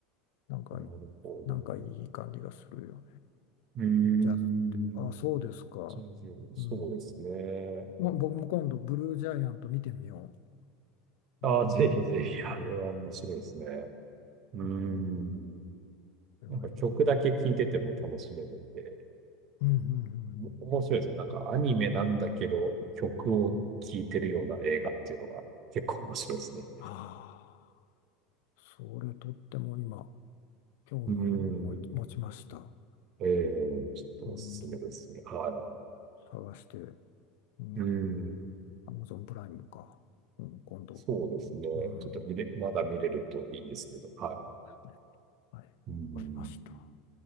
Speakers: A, on the left (about 60°); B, on the right (about 45°).
A: なんか、
B: なるほど。
A: なんかいい感じがするよね、
B: うーん、
A: ジャズって。あ、そうですか。
B: じゃあ、そうですね。
A: うん、ま僕も今度、ブルージャイアント見てみよ
B: ああ、
A: う。うん、
B: ぜひぜひ、あれは面白いですね。
A: うん、
B: うーん、
A: うんそれはいい。
B: なんか曲だけ聴いてても楽しめるんで。
A: うん、うん、うん。
B: お面白いですね。なんかアニメなんだけど、曲を聴いてるような映画っていうのが結構面白いですね。
A: ああ、それとっても今、興味を持ち持ちました。
B: うん。うんえー、ちょっとおすすめですね。
A: うん、
B: は
A: 探して。うん
B: い。うん。
A: アマゾンプライムか。うん、今度。
B: そうですね。
A: うん。
B: ちょっと見れ、まだ見れるといいんですけど。は
A: ねはい。
B: い。うん。
A: わかりました。